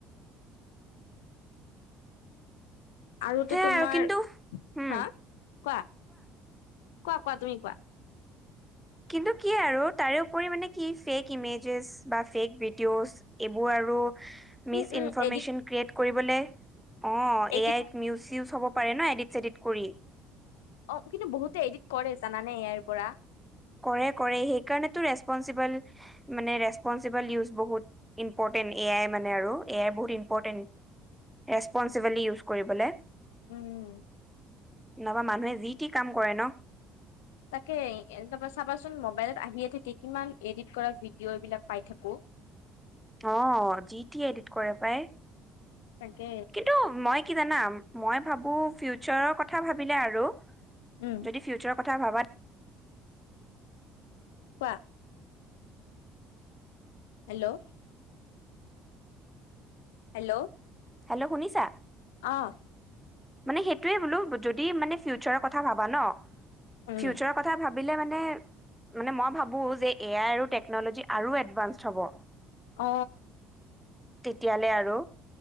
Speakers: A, on the left; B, in the centre.
A: আৰুতো
B: সেয়াই
A: তোমাৰ
B: আৰু কিন্তু উম
A: হা কোৱা কোৱা কোৱা তুমি কোৱা
B: কিন্তু কি আৰু তাৰে উপৰি মানে কি ফেক ইমেজেছ বা ফেক ভিডিঅ'জ এইবোৰ আৰু
A: um
B: miss
A: um
B: information
A: edit
B: create কৰিবলে। অ
A: এডিট
B: এ আইত নিউছ চিউজ ন এদিন চেদিন কৰি <unintelligible>
A: অ কিন্তু বহুতে এডিট কৰে জানানে ইয়াৰ পৰা
B: কৰে কৰে। সেইকাৰণেতো ৰেচপনচিবল মানে ৰেচপনচিবল ইউজ বহুত ইম্পৰ্টেণ্ট। চাই মানে আৰু। চাই বহুত ইম্পৰ্টেন। ৰেচপনচিবিলি ইউজ কৰিবলে।
A: উম
B: নাহবা মানুহে যি টি কাম কৰে ন
A: তাকে এ চাবাচোন মবাইলত আহিয়ে থাকে কিমান এডিট কৰা ভিডিঅ' এইবিলাক পাই থাকো। <inaudible>
B: অ জিটি এডিট কৰে পাই।
A: তাকে
B: কিন্তু মই কি জানাম মই ভাবো ফিউচাৰৰ কথা ভাবিলে আৰু
A: উম
B: যদি ফিউচাৰৰ কথা ভাবা।
A: কোৱা হেল্লো' হেল্ল
B: হেল্লো' শুনিছা?
A: আহ
B: মানে সেইটোৱে বোলো। যদি মানে ফিউচাৰৰ কথা ভাবা ন
A: উম
B: ফিউচাৰৰ কথা ভাবা ভাবিলে মেনে মানে মই ভাবো এআই আৰু টেকন'লজী আৰু এডভান্স হ'ব।
A: অ
B: তেতিয়ালৈ আৰু